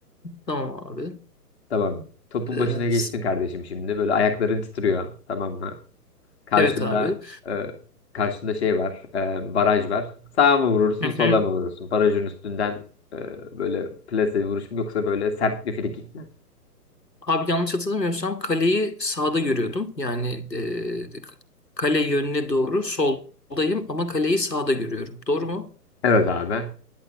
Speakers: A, on the left; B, on the left.
A: Tamam abi.
B: Tamam. Topun
A: E,
B: başına geçtin
A: s-
B: kardeşim şimdi. Böyle ayakların titriyor. Tamam mı? Karşında
A: evet abi.
B: eee, karşında şey var. eee, baraj var. Sağa mı vurursun,
A: Hı hı.
B: sola mı vurursun? Barajın üstünden eee, böyle plase vuruş mu yoksa böyle sert bir frikik mi?
A: Abi yanlış hatırlamıyorsam kaleyi sağda görüyordum. Yani e, kale yönüne doğru soldayım ama kaleyi sağda görüyorum. Doğru mu?
B: Evet abi.